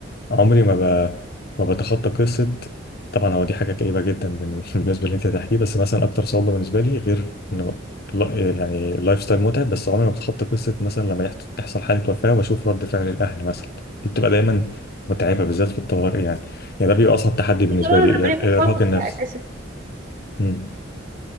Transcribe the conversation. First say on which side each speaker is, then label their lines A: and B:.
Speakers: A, on the left; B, on the right.
A: عمري ما ب... ما بتخطى قصه طبعا هو دي حاجه كئيبه جدا بال- <laughs> بالنسبه اللي انت هتحكيه بس مثلا اكتر صعوبه بالنسبه لي غير انه لا- يعني اللايف ستايل متعب بس عمري ما بتخطى قصه مثلا لما يحت- يحصل حاله وفاه واشوف رد فعل الاهل مثلا دي بتبقى دايما متعبه بالذات في الطوارئ يعني يعني ده بيبقى اصعب تحدي
B: دي
A: بالنسبه
B: طبعا
A: لي
B: ربنا
A: الإر-
B: يكون
A: الارهاق
B: في عونكم
A: النفسي
B: فيها اساسا
A: مم.